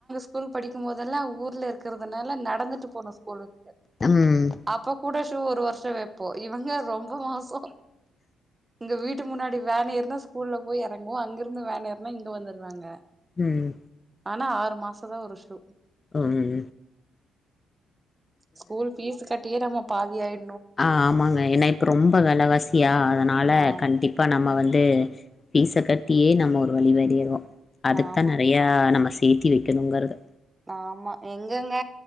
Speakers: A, on the right (about 20°); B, on the left (about 30°).
A: ஸ்கூல் படிக்கும் போதெல்லாம் ஊர்ல இருக்கிறதுனால நடந்துட்டு போனாஷ்கூலுக்
B: ம்
A: அப்ப கூட ஒரு வருஷம் வைப்போ இவங்க ரொம்ப மோசோ இங்க வீட்டு முன்னாடி வேன் ஏறனா ஸ்கூல்ல போய் இறங்குவோ அங்கிருந்து வேன் ஏறனா இங்க வந்துடுவாங்க
B: ம்
A: ஆனா ஆறு மாச தா ஒருஷூல்
B: ம்ம்
A: ஸ்கூல் ஃபீஸ் கட்டியே நாம பாதியாயி
B: ஆ ஆமாங்க ஏன்னா இப்ப ரொம்ப வெலவாசி யா அதனால
A: ஆமா
B: கண்டிப்பா நம்ம வந் ம் ஃபீச கட்டியே நம்ம ஒரு வழிபனிருவோ அதுக்
A: ஆமாங்க
B: தா நிறைய நமஸ் சேத்தி வைக்கணுங்கறது
A: ஆமா எங்கங்க